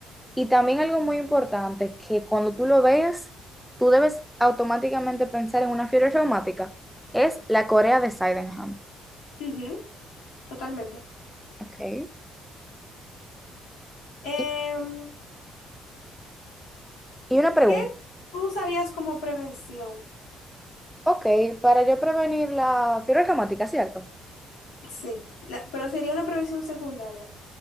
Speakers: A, in the centre; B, on the left (about 80°).
A: Y también algo muy importante, que cuando tú lo veas, tú debes automáticamente pensar en una fiebre reumática, es la corea de Sydenham.
B: Ujú, totalmente.
A: Ok.
B: Em,
A: Y, y una pregunta.
B: ¿qué tú usarías como prevención?
A: Ok, para yo prevenir la fiebre reumática, ¿cierto?
B: Sí, la- pero sería una prevención secundaria.